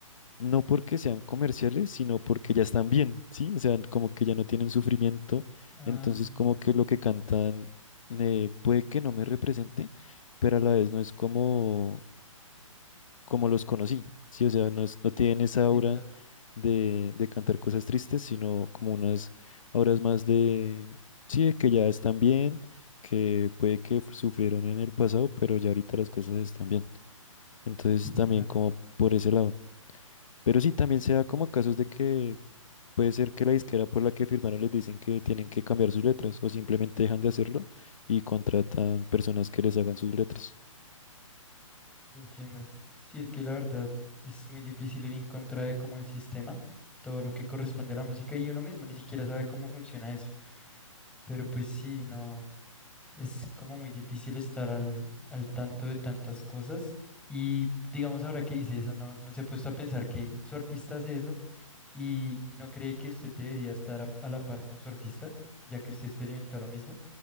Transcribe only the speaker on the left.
no porque sean comerciales, sino porque ya están bien, ¿sí? O sea, como que ya no tienen sufrimiento,
entonces como que lo que cantan eh, puede que no me represente, pero a la vez no es como como los conocí, ¿sí? O sea, no, es- no tienen esa aura
de, de cantar cosas tristes, sino como unas auras más de, sí, de que ya están bien, que puede que fu- sufrieron en el pasado, pero ya ahorita las cosas están bien. Entonces
también
como por ese lado. Pero sí, también se da como casos de que puede ser que la disquera por la que firmaron les dicen que tienen que cambiar sus letras o simplemente dejan de hacerlo y contratan personas que les hagan sus letras.